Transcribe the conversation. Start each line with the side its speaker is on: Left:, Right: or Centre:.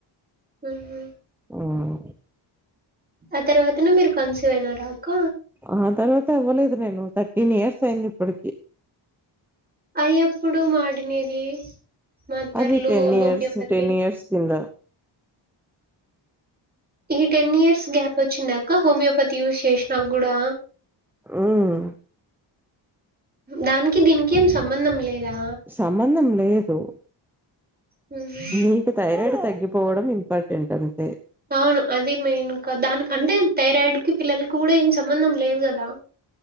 Right: మ్ హు
Centre: ఉమ్
Right: ఆ తర్వాతనే మీరు కన్సీవ్ అయినార అక్క
Centre: ఆ తర్వాత పోలేదు నేను థర్టీన్ ఇయర్స్ అయింది ఇప్పటికి
Right: అయ్యప్పుడు వాడినేది మదర్లు
Centre: అవి ten
Right: homeopathy?
Centre: years Ten years కొంద
Right: ఈ టెన్ ఇయర్స్ గ్యాప్ వచ్చింద అక్క హోమియోపతి యూస్ చేసిన కూడా
Centre: ఉమ్
Right: దానికి దీనికి ఏం సంబంధం లేదా
Centre: సంబంధం లేదు
Right: హుహు.
Centre: నీకు థైరాయిడ్ తగ్గిపోవడం ఇంపార్టెంట్ అంటే
Right: అవును అది మెయిన్కా దానికి అంటే థైరాయిడ్ కి పిల్లలకి కూడా ఏం సంబంధం లేదు కదా